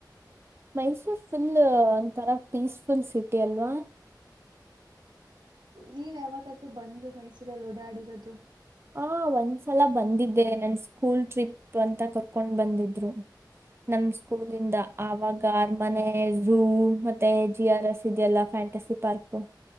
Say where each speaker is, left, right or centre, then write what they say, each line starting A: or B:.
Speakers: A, on the right; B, on the right.
A: ಮೈಸೂರ್ ಫುಲ್ ಒಥರ ಪೀಸ್. ಫುಲ್ ಸಿಟಿ ಅಲ್ವಾ
B: ನೀವು ಯಾವತ್ತಾದರೂ ಬಂದ್ರರೂ ಮೈಸೂರಲ್ಲಿ ಓಡಾಡಿರೋದು.
A: ಹಾ ಒಂದ್ಸಲ ಬಂದಿದ್ದೆ ನನ್ಸ್. ಸ್ಕೂಲ್ ಟ್ರಿಪ್ ಅಂತ ಕರ್ಕೊಂಡು ಬಂದಿದ್ರು. ನಮ ಸ್ಕೂಲಿಂದ ಆವಾಗ ಅರಮನೆ ಝೂ ಮತ್ತೆ ಜಿ ಆರ್ ಎಸ್ ಇದೆಯಲ್ಲ ಫ್ಯಾಂಟಸಿ ಪಾರ್ಕ್.